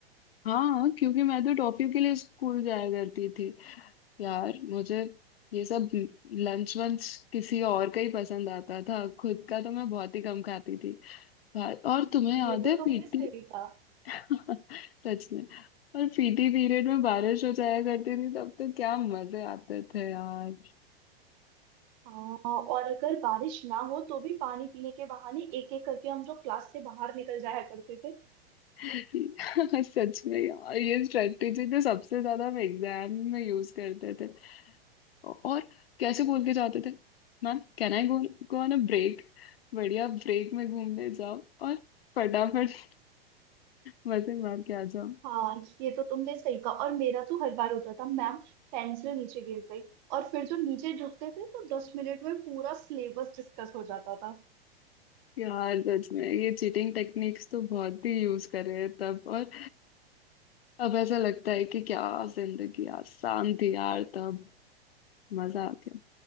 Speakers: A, on the left (about 70°); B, on the right (about 45°).
A: हाँ क्योंकि मैं तो टॉफी के लिए स्कूल जाया करती थी यार मुझे ये सब लंच वंच किसी और का ही पसंद आता था खुद का तो मैं बहुत ही कम खाती थी भा- और तुम्हें याद
B: ये तो
A: है
B: तुमने
A: पीटी
B: सही कहा
A: <laughs> सच में और पीटी पीरियड में बारिश हो जाया करती थी तब तो क्या मजे आते थे यार
B: हाँ और अगर बारिश ना हो तो भी पानी पीने के बहाने एक एक करके हम जो क्लास से बाहर निकल जाया करते थे
A: <laughs> सच में यार ये स्ट्रेटेजी तो सबसे ज्यादा हम एग्जाम में यूज करते थे और कैसे बोल के जाते थे ma'am can I go go on a break बढ़िया ब्रेक में घूमने जाओ और फटाफट मजे मार के आ जाओ
B: हाँ ये तो तुमने सही कहा और मेरा तो हर बार होता था मैम पेंसिल नीचे गिर गई और फिर जो नीचे झुकते थे तो दस मिनट में पूरा सिलेबस डिस्कस हो जाता था
A: यार सच में ये चीटिंग टेक्निक्स तो बहुत ही यूज कर रहे हैं तब और अब ऐसा लगता है कि क्या जिंदगी आसान थी यार तब मजा आ गया